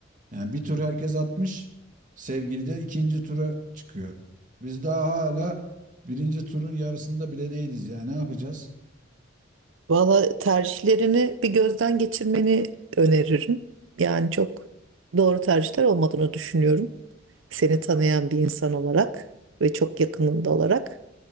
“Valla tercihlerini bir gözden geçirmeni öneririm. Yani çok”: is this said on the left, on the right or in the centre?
Right